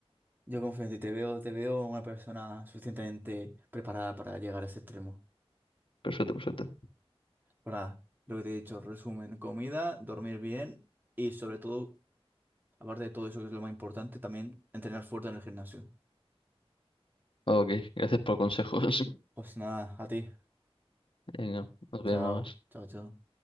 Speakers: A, on the right (about 20°); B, on the left (about 55°).
A: Yo confío en ti, te veo, te veo una persona suficientemente preparada para llegar a ese extremo.
B: Perfecto, perfecto.
A: Pero nada, lo que te he dicho, resumen, comida, dormir bien y sobre todo, aparte de todo eso que es lo más importante, también entrenar fuerte en el gimnasio.
B: Ok, gracias por consejos.
A: Pues nada, a ti.
B: <laughs> Venga, nos vemos.
A: Chao, chao, chao.